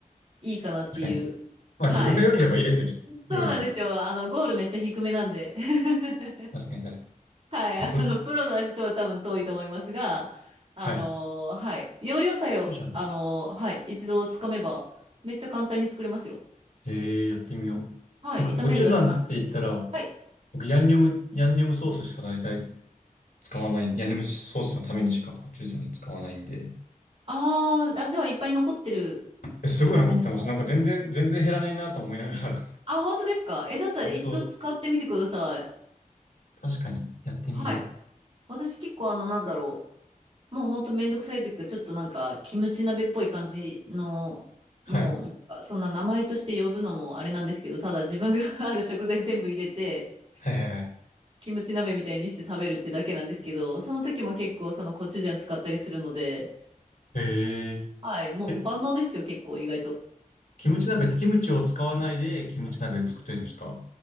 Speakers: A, on the right; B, on the left.
A: いいかなっていう。
B: かに。まあ自分が良ければいいですよね。
A: はい。そうなんですよ。
B: 料理なんて。
A: あの、ゴールめっちゃ低めなんで。<laughs>
B: 確かに確か
A: はい。あの、
B: に。こ、
A: プロの味とは多分遠いと思いますが、あの、
B: はい。コ
A: はい。要領さえを、
B: チュジャンか。
A: あの、はい。一度つかめば、めっちゃ簡単に作れますよ。
B: ええやってみよう。
A: はい。
B: なんかコチュジャンって言ったら、
A: 炒めるだけなんで。はい。
B: 僕ヤンニョム、ヤンニョムソースしか大体使わない。ヤンニョムソースのためにしかコチュジャン使わないんで。
A: あーあ、じゃあいっぱい残ってる
B: えすごい残ってます。
A: 感じですか。
B: なんか全然、全然減らないなと思いながら
A: あ、本当ですか。え、だったら一度使ってみてください。
B: ずっと、確かにやってみよ
A: はい。私結構あの、なんだろう。もうほんとめんどくさいというか、ちょっとなんか、キムチ鍋っぽい感じの、
B: はい。
A: もう、なんかそんな名前として呼ぶのもあれなんですけど、ただ自分が <laughs> ある食材全部入れて、
B: はいはいはい。
A: キムチ鍋みたいにして食べるってだけなんですけど、その時も結構そのコチュジャン使ったりするので、
B: へ
A: はい、もう万能ですよ、
B: え。え、
A: 結構意外と。
B: キムチ鍋ってキムチを使わないでキムチ鍋を作ってるんですか